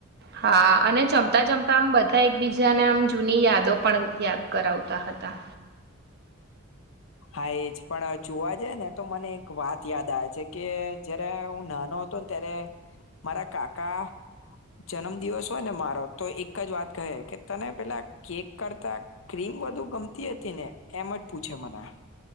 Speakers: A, on the right; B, on the left.
A: હા અને જમતા જમતા આમ બધા એકબીજાને આમ જૂની યાદો પણ યાદ કરાવતા હતા
B: હા એજ પણ જોવા જઈ ને તો મને એક વાત યાદ આવે છે કે જયારે હું નાનો હતો ને ત્યારે મારા કાકા જન્મ દિવસ હોય ને મારો તો એક જ વાત કહે કે તને પેલા કેક કરતા ક્રીમ બધુ ગમતી હતી ને એમ પૂછે મને